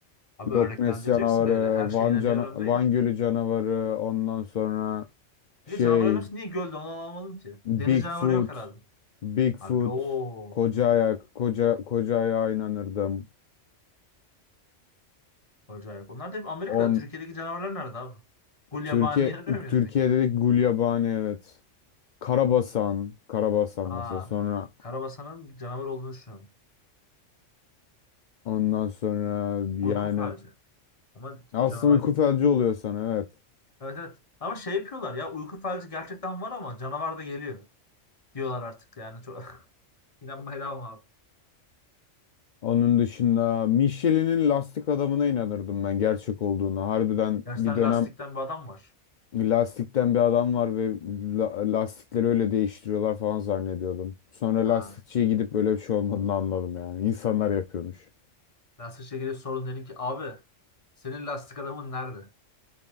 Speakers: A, on the left; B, on the left.
A: Abi
B: Loch
A: örneklendireceksin
B: Ness canavarı,
A: öyle. Her şeye
B: Van,
A: inanıyorum
B: cana Van
A: değil.
B: Gölü canavarı, ondan sonra şey
A: Bir de canavarların hepsi niye gölde onu anlamadım ki. Deniz
B: Bigfoot,
A: canavarı yok herhalde.
B: Bigfoot,
A: Abi o
B: koca ayak, koca koca ayağa inanırdım.
A: acayip. Onlar da hep Amerika'da.
B: On
A: Türkiye'deki canavarlar nerede abi? Gulyabani'ye
B: Türkiye
A: inanıyor muydun
B: Türkiye'de
A: peki?
B: de Gulyabani evet. Karabasan, Karabasan
A: Aa,
B: mesela. Sonra
A: Karabasan'ın canavar olduğunu düşünüyorum.
B: ondan sonra yani
A: Uyku falcı. Ama
B: aslında
A: canavar
B: uyku
A: geliyor.
B: felci oluyor sana evet.
A: Evet evet. Ama şey yapıyorlar ya uyku felci gerçekten var ama canavar da geliyor diyorlar artık yani. Çok... <laughs> İnanmaya devam abi.
B: Onun dışında Michelin'in lastik adamına inanırdım ben gerçek olduğuna. Harbiden
A: Gerçekten
B: bir dönem
A: lastikten bir adam var.
B: Lastikten bir adam var ve la- lastikleri öyle değiştiriyorlar falan zannediyordum. Sonra
A: Ha.
B: lastikçiye gidip böyle bir şey olmadığını anladım yani. İnsanlar yapıyormuş.
A: Lastikçiye gelip sorun dedim ki abi senin lastik adamın nerede?